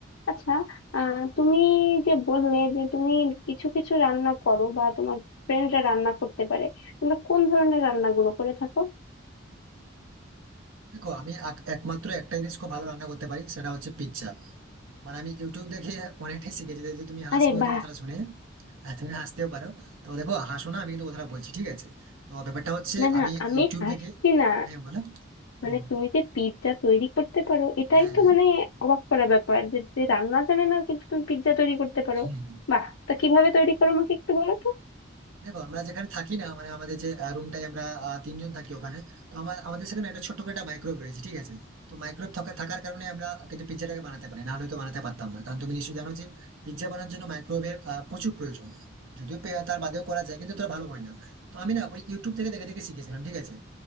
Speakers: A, on the left (about 85°); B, on the right (about 80°).
A: আচ্ছা আহ তুমি যে বললে যে তুমি কিছু কিছু রান্না করো বা তোমার ফ্রেন্ডরা রান্না করতে পারে তোমরা কোন ধরনের রান্নাগুলো করে থাকো
B: দেখো আমি এক- একমাত্র একটা জিনিস খুব ভালো রান্না করতে পারি সেটা হচ্ছে পিৎজা মানে আমি ইউটিউব দেখে অনেকটাই শিখেছি যে তুমি হাসবে
A: আরে
B: হয়তো
A: বাহ
B: কথাটা শুনে আর তুমি হাসতেও পারো তো দেখো হাসো না আমি কিন্তু কথাটা বলছি ঠিক আছে তো ব্যাপারটা হচ্ছে
A: না না
B: আমি
A: আমি
B: ইউটিউব
A: হাসছি
B: দেখে
A: না
B: হ্যাঁ বলো
A: মানে
B: হুম,
A: তুমি যে পিৎজা তৈরি করতে পারো এটাই
B: হ্যাঁ
A: তো মানে অবাক করা ব্যাপার যে যে রান্না জানে না কিন্তু তুমি পিৎজা তৈরি করতে পারো
B: হুম।
A: বাহ তা কিভাবে তৈরি করো আমাকে একটু বলো তো
B: দেখো আমরা যেখানে থাকি না মানে আমাদের যে রুমটাই আমরা আহ, তিনজন থাকি ওখানে তো আমার আমাদের সেখানে একটা ছোট্ট করে একটা মাইক্রোওয়েভ রয়েছে ঠিক আছে তো মাইক্রোওয়েভ থাকার কারণে আমরা কিন্তু পিৎজাটাকে বানাতে পারি না হলে তো বানাতে পারতাম না কারণ তুমি নিশ্চয়ই জানো যে পিৎজা বানানোর জন্য মাইক্রোওয়েভের প্রচুর প্রয়োজন যদিও পে- তার বাদেও করা যায় কিন্তু তোরা ভালো হয় না তো আমি না ওই ইউটিউব থেকে দেখে দেখে শিখেছিলাম ঠিক আছে